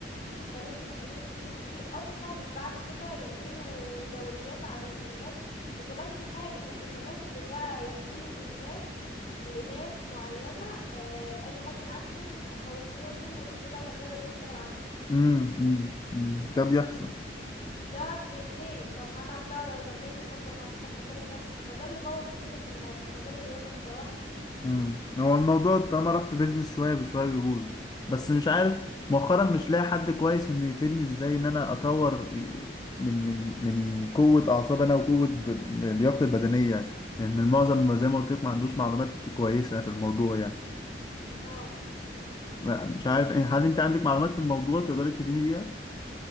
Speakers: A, on the left; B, on the left.
A: كلمت مسؤولين كتير فيه اصلا بعد كده يعملوا دوريات على الجيمات وكمان في حاجة ان كمان ان بقى يعملوا جيمات لناس معينة اه اي حد معاه فلوس يفتح مشروع جيم ويجيب بتاع تربية رياضية يشتغل عنده
B: امم أمم، أمم. ده بيحصل
A: ده ب- ليه طب ما انا بتاع تربية شغال طب ما افتح مكان لنفسي فده اللي بوظ الدنيا في الم... في مجال الرياضة بصراحة
B: امم هو الموضوع طالما راح في بيزنس شويه بشويه بيبوظ بس مش عارف مؤخرا مش لاقي حد كويس انه يفيدني ازاي ان انا اطور من من من قوه اعصاب انا وقوه ب- لياقتي البدنيه لان المعظم زي ما قلت لك ما عندوش معلومات كويسه في الموضوع يعني
A: اه
B: مش عارف إيه، هل انت عندك معلومات في الموضوع تقدري تفيديني بيها